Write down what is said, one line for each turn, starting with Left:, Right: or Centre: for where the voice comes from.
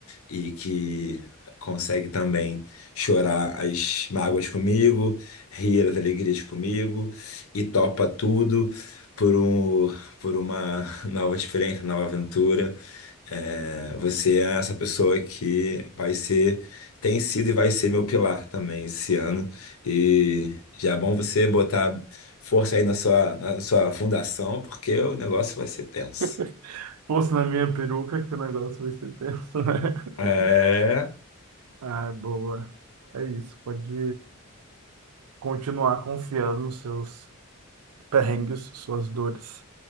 Left: e que consegue também chorar as mágoas comigo, rir as alegrias comigo e topa tudo por um, por uma nova experiência, nova aventura. É, Você é essa pessoa que vai ser, tem sido e vai ser meu pilar também esse ano. E já é bom você botar força aí na sua, na sua fundação, porque o negócio vai ser tenso.
Right: <laughs> fosse na minha peruca que o negócio vai ser tenso, né? <laughs>
Left: É,
Right: Ah, boa. É isso, pode continuar confiando nos seus perrengues, suas dores,